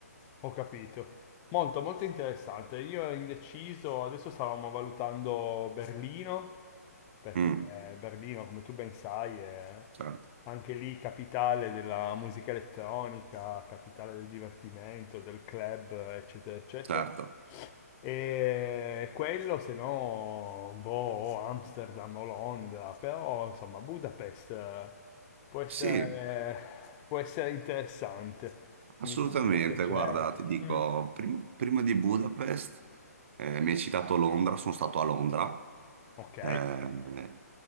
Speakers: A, on the left (about 20°); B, on the right (about 45°).
A: Ho capito. Molto, molto interessante. Io ero indeciso, adesso stavamo valutando Berlino, perché
B: Mm,
A: Berlino, come tu ben sai, è
B: certo,
A: anche lì capitale della musica elettronica, capitale del divertimento, del club, eccetera, eccetera.
B: certo.
A: E quello, se no, boh, o Amsterdam o Londra, però insomma, Budapest eh, può essere,
B: Sì,
A: può essere interessante. Mi,
B: Assolutamente,
A: mi può piacere.
B: guarda, ti dico,
A: Mm.
B: prima, prima di Budapest, eh, mi hai citato Londra, sono stato a Londra,
A: Ok,
B: eh,